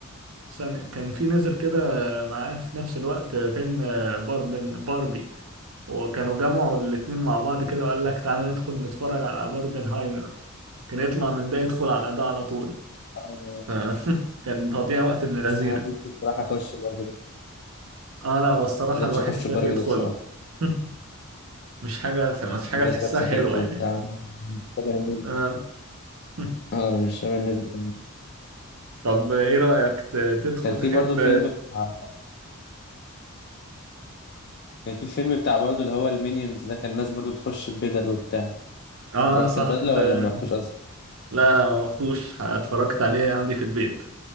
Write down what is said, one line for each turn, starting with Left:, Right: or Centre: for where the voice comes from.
Right: استنى كان في نزل كده معاه في نفس الوقت فيلم باربن باربي وكانوا جمعوا الاتنين مع بعض كده وقال لك تعالى ندخل نتفرج على باربنهايمر كان يطلع من ده يدخل على ده على طول
Left: آه،
Right: ف- <laughs> كان تضييع وقت ابن
Left: بس
Right: لذينه
Left: أنا ما قدرتش بصراحة أخش باربي ده
Right: اه لا والصراحة
Left: ما قدرتش
Right: الواحد
Left: أخش
Right: يخاف
Left: باربي
Right: يدخله
Left: ده بصراحة
Right: <laughs> مش حاجة مش حاجة
Left: بس
Right: تحسها
Left: لابسة
Right: حلوة
Left: فينك وبتاع
Right: يعني
Left: أنا مش شبه الناس دي
Right: آه. <laughs>
Left: أه أنا مش شبه الناس دي كمان.
Right: طب ايه رأيك ت- تدخل
Left: كان في
Right: تحب
Left: برضه فيلم بتاع كان في فيلم بتاع برضه اللي هو المينيونز ده كان الناس برضه بتخش ببدل وبتاع
Right: اه
Left: رحت
Right: صح
Left: ببدلة
Right: ده
Left: ولا ما رحتوش أصلا؟
Right: لا لا ما رحتوش اتفرجت عليه عندي في البيت